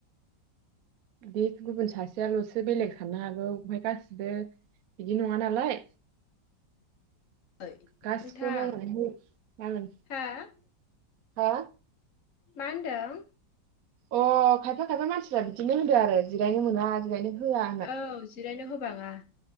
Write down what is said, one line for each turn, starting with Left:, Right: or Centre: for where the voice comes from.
Right: बे गुबुन सासेयाल'सो बेलेग साननो हागौ ओमफ्राय गासिबो। बिदि नङा नालाय।
Left: <unintelligible>
Right: गासिखौबो मावनानै मागोन हा।
Left: मा होनदों।
Right: अ खायफा खायफा मानसिफ्रा बिदिनो होदो आरो जिरायनो मोना जिरायनो। होआ
Left: औ जिरायनो होबाङा।